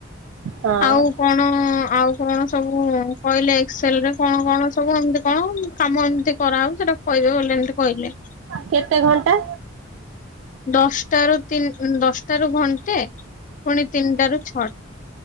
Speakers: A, on the right; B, on the left.
A: ହଁ।
B: ଆଉ କଣ ଆଉ କଣ ସବୁ କହିଲେ ଏକ୍ସେଲ ରେ କଣ କଣ ସବୁ ଏମତି କଣ କାମ ଏମିତି କରାହଉ ସେଟା କହିବେ ବୋଲି ଏମତି କହିଲେ।
A: କେତେ ଘଣ୍ଟା?
B: ଦଶଟା ରୁ ତିନି ଉଁ, ଦଶଟା ରୁ ଘଣ୍ଟେ। ପୁଣି ତିନିଟା ରୁ ଛ